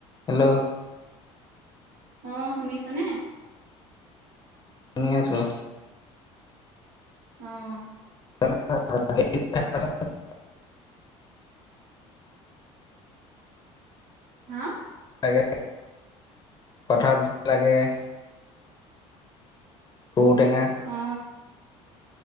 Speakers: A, on the left; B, on the right.
A: হেল্ল'
B: অ, শুনিছনে?
A: শুনি আছোঁ।
B: উম,
A: <unintelligible>
B: হা?
A: <unintelligible> ঔটেঙা
B: অ,